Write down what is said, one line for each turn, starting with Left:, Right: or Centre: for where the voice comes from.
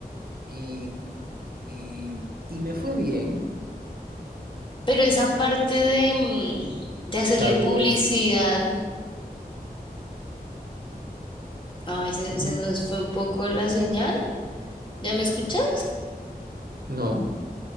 Right: Y, y, y me fue bien.
Left: Pero esa parte de, mm, de hacerle
Right: Salgo
Left: publicidad,
Right: el, el-
Left: ay, se,
Right: ujú.
Left: se nos fue un poco la señal. ¿Ya me escuchas?
Right: No,